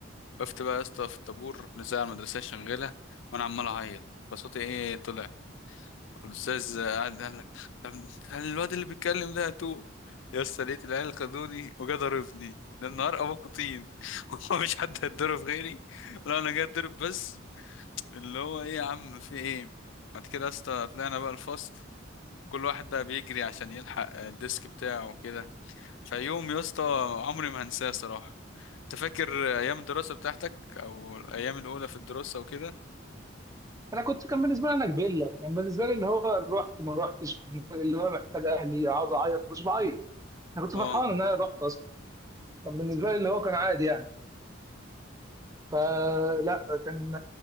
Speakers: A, on the left (about 70°); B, on the right (about 15°).
A: وقفت بقى يا اسطى في الطابور الإذاعة المدرسية شغالة وأنا عمال أعيط فصوتي ايه طلع الاستاذ قعد قال لك طب هل الواد اللي بيتكلم ده تو يا اسطى لقيت العيال خدوني وجا ضربني ده النهار ابوكوا طين <laughs> هو مش حد هيتضرب غيري لا انا جاي اتضرب بس اللي هو ايه يا عم في ايه بعد كده يا اسطى طلعنا بقى الفصل كل واحد بقى بيجري عشان يلحق الديسك بتاعه وكده فيوم يا اسطى عمري ما هنساه صراحة انت فاكر ايام الدراسة بتاعتك او الايام الاولى في الدراسة وكده
B: انا كنت كان بالنسبه لي انا كبيله فكان بالنسبه لي اللي هو رحت ما رحتش اللي هو محتاج اهلي اقعد اعيط مش بعيط انا كنت
A: اه
B: فرحان ان انا رحت اصلا كان بالنسبه لي اللي هو كان عادي يعني فلا كان